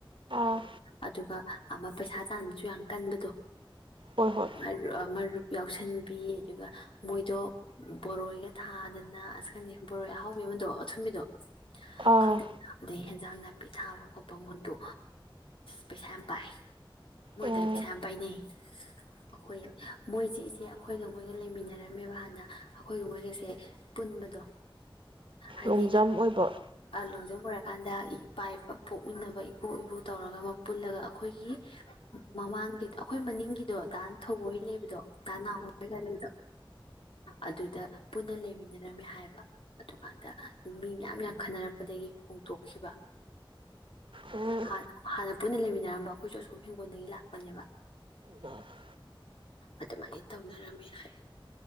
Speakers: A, on the right; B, on the left.
A: ꯑꯥ
B: ꯑꯗꯨꯒ ꯑꯃ ꯄꯩꯁꯥ ꯁꯨ ꯌꯥꯝ ꯀꯟꯕꯗꯣ
A: ꯍꯣꯏ ꯍꯣꯏ
B: ꯃꯔ ꯑ ꯃꯔꯨꯞ ꯌꯥꯎꯁꯟ ꯕꯤ ꯑꯗꯨꯒ ꯃꯣꯏꯗꯣ ꯕꯣꯔꯣꯏꯒ ꯊꯥꯗꯅ ꯑꯁ ꯈꯪꯗꯦ ꯕꯣꯔꯣꯏ ꯑꯍꯥꯎꯕꯤꯗꯣ ꯑꯃꯗꯣ ꯑꯊꯨꯝꯕꯤꯗꯣ
A: ꯑꯥ
B: ꯈꯪꯗꯦ ꯑꯗꯩ ꯍꯦꯟꯖꯥꯡ ꯅꯥꯄꯤ ꯊꯥꯕ ꯈꯣꯠꯄ ꯃꯣꯏꯗꯣ ꯄꯩꯁꯥ ꯌꯥꯝ ꯄꯥꯏ ꯃꯣꯏꯗꯥꯏ
A: ꯎꯝ
B: ꯄꯩꯁꯥ ꯌꯥꯝ ꯄꯥꯏꯅꯩ ꯑꯩꯈꯣꯏ ꯃꯣꯏꯁꯦ ꯏꯆꯦ ꯑꯩꯈꯣꯏꯒ ꯃꯣꯏꯒ ꯂꯩꯃꯤꯟꯅꯔꯝꯃꯦꯕ ꯍꯥꯟꯅ ꯑꯩꯈꯣꯏꯒ ꯃꯣꯏꯒꯁꯦ ꯄꯨꯟꯕꯗꯣ ꯍꯥꯏꯗꯤ
A: ꯂꯣꯡꯖꯝ ꯑꯣꯏꯕ
B: ꯑ ꯂꯣꯡꯖꯝ ꯑꯣꯏꯔꯀꯥꯟꯗ ꯏꯄꯥ ꯏꯄ ꯄꯣꯛꯃꯤꯟꯅꯕ ꯏꯄꯨ ꯏꯄꯨ ꯇꯧꯔꯒ ꯑꯃ ꯄꯨꯜꯂꯒ ꯑꯩꯈꯣꯏꯒꯤ ꯃꯃꯥꯡꯒꯤꯗ ꯑꯩꯈꯣꯏ ꯃꯅꯤꯡꯒꯤ ꯁꯤꯗꯣ ꯗꯥꯟ ꯊꯧꯕ ꯍꯣꯏ ꯂꯩꯕꯗꯣ ꯗꯥ ꯅꯥꯎ ꯍꯣꯏꯒ ꯂꯩꯗꯣ ꯑꯗꯨꯗ ꯄꯨꯟꯅ ꯂꯩꯃꯤꯟꯅꯔꯝꯃꯦ ꯍꯥꯏꯕ ꯑꯗꯨꯀꯥꯟꯗ ꯃꯤ ꯃꯌꯥꯝ ꯌꯥꯝ ꯈꯟꯅꯔꯛꯄꯗꯒꯤ ꯍꯣꯡꯗꯣꯛꯈꯤꯕ
A: ꯎꯝ
B: ꯍꯥꯟꯅ ꯍꯥꯟꯅ ꯄꯨꯟꯅ ꯂꯩꯃꯤꯟꯅꯔꯝꯕ ꯑꯩꯈꯣꯏꯁꯨ ꯑꯁꯣꯝ ꯍꯤꯡꯒꯣꯜꯗꯒꯤ ꯂꯥꯛꯄꯅꯦꯕ
A: ꯃꯣꯏ
B: ꯑꯗꯨꯃꯥꯏ ꯇꯧꯅꯔꯝꯃꯦ ꯍꯥꯏ